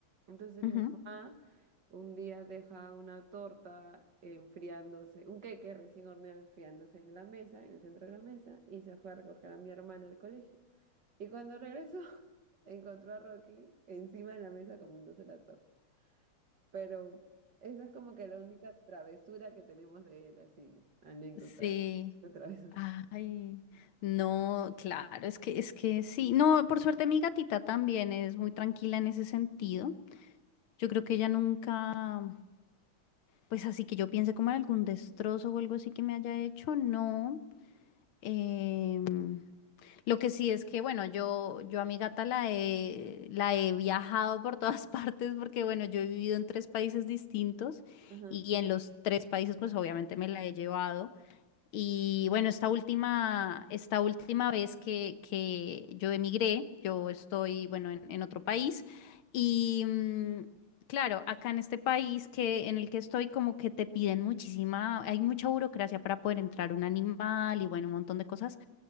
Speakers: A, on the right; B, on the left.
A: Entonces
B: ujú.
A: mi mamá un día deja una torta enfriándose, un queque recién horneado enfriándose en la mesa, en el centro de la mesa, y se fue a recoger a mi hermana al colegio. Y cuando regresó, <laughs> encontró a Rocky encima de la mesa comiéndose la torta. Pero esa es como que la única travesura que tenemos de él, así, anécdota
B: Sí.
A: de travesura.
B: Ay, no, claro, es que, es que sí. No, por suerte mi gatita también es muy tranquila en ese sentido. Yo creo que ella nunca, pues así que yo piense como en algún destrozo o algo así que me haya hecho, no. Em, Lo que sí es que, bueno, yo, yo a mi gata la he, la he viajado por todas <laughs> partes porque, bueno, yo he vivido en tres países distintos
A: Ajá,
B: y en los tres países, pues obviamente me la he llevado. Y bueno, esta última, esta última vez que, que yo emigré, yo estoy, bueno, en, en otro país y, mm, claro, acá en este país que, en el que estoy, como que te piden muchísima, hay mucha burocracia para poder entrar un animal y, bueno, un montón de cosas